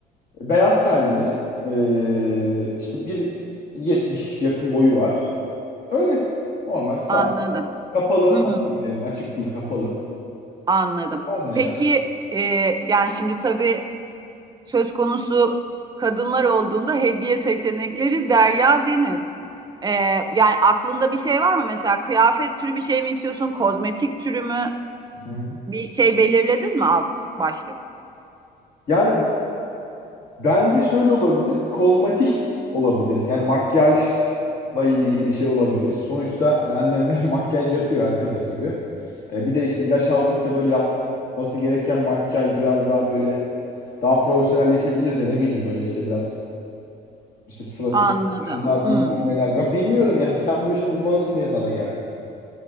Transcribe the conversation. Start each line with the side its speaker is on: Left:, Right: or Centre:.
Left: beyaz tenli eee işte 1.70 yakın boyu var. Öyle normal standart
Right: Anladım.
Left: kapalı
Right: Hmm,
Left: annem bir de benim açık değil kapalı.
Right: anladım.
Left: Anne
Right: Peki
Left: yani.
Right: e, yani şimdi tabii söz konusu kadınlar olduğunda hediye seçenekleri derya deniz. E, yani aklında bir şey var mı? Mesela kıyafet türü bir şey mi istiyorsun? Kozmetik türü mü?
Left: Hı hı.
Right: Bir şey belirledin mi alt başlık?
Left: Yani Bence şöyle olabilir. Kozmetik olabilir. Yani makyajla ilgili bir şey olabilir. Sonuçta hani annem de <laughs> makyaj yapıyor her kadın gibi. E, bir de işte yaş aldıkça böyle yapması gereken makyaj biraz daha böyle daha profesyonelleşebilir de ne bileyim böyle işte biraz işte suratını
Right: Anladım.
Left: kapatıcılar
Right: Hmm.
Left: bilmem neler. Ben bilmiyorum yani <laughs> sen bu işin uzmanısın diye sana geldim.